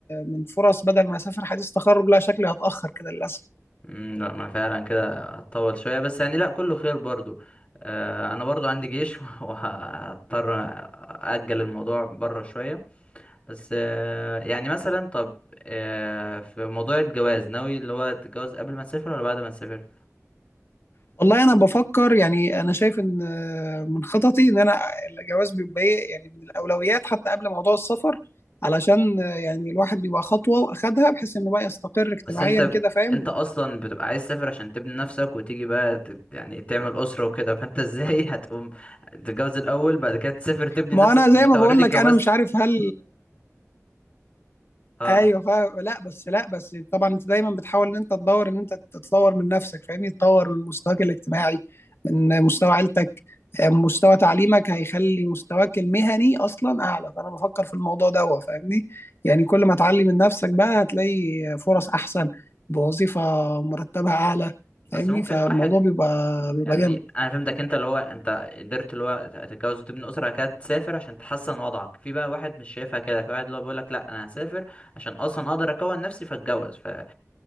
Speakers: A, on the left; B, on the left.
A: من فرص بدل ما اسافر حديث تخرج لا شكلي هتاخر كده للاسف
B: مم لا ما فعلا كده هتطول شوية بس يعني لا كله خير برضو آه انا برضو عندي جيش <laughs> وهضطر أأجل الموضوع بره شوية بس آه يعني مثلا طب آه في موضوع الجواز ناوي اللي هو تتجوز قبل ما تسافر ولا بعد ما تسافر
A: والله انا بفكر يعني انا شايف ان آه، من خططي ان انا الجواز بيبقى إيه يعني من الاولويات حتى قبل موضوع السفر علشان آه، يعني الواحد بيبقى خطوه واخدها بحيث انه بقى يستقر اجتماعيا
B: بس انت ب...
A: كده فاهم
B: انت اصلا بتبقى عايز تسافر عشان تبني نفسك وتيجي بقى ت... يعني تعمل اسره وكده فانت ازاي <laughs> هتقوم تتجوز الاول بعد كده تسافر تبني
A: ما
B: نفسك
A: انا زي
B: طب ما انت
A: ما
B: اوريدي
A: بقول لك
B: اتجوزت
A: انا مش عارف هل
B: اه
A: ايوه فاهم لا بس لا بس طبعا انت دايما بتحاول ان انت تدور ان انت تتطور من نفسك فاهمني تطور من مستواك الاجتماعي من مستوى عيلتك آه، مستوى تعليمك هيخلي مستواك المهني اصلا اعلى فانا بفكر في الموضوع ده فاهمني يعني كل ما تعلي من نفسك بقى هتلاقي فرص احسن بوظيفة مرتبها اعلى
B: بس
A: فاهمني
B: ممكن
A: فالموضوع
B: واحد
A: بيبقى بيبقى
B: يعني
A: جامد
B: انا فهمتك انت اللي هو انت قدرت اللي هو تتجوز وتبني اسره بعد كده تسافر عشان تحسن وضعك في بقى واحد مش شايفها كده في واحد اللي هو بيقول لك لا انا هسافر عشان اصلا اقدر اكون نفسي فاتجوز ف ال...